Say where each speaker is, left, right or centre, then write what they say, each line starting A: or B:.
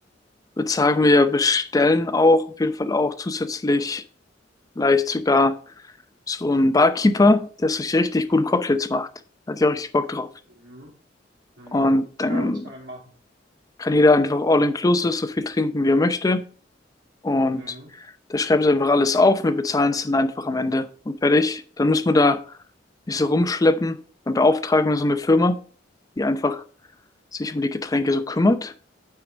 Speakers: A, on the left; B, on the right.
A: würde sagen, wir bestellen auch auf jeden Fall auch zusätzlich Vielleicht sogar so ein Barkeeper, der sich richtig guten Cocktails macht. Hat ja richtig Bock drauf.
B: Mhm. Mhm.
A: Und dann
B: Ja, das können wir machen.
A: kann jeder einfach all-inclusive so viel trinken, wie er möchte. Und
B: Mhm.
A: da schreiben sie einfach alles auf. Wir bezahlen es dann einfach am Ende und fertig. Dann müssen wir da nicht so rumschleppen. Dann beauftragen wir so eine Firma, die einfach sich um die Getränke so kümmert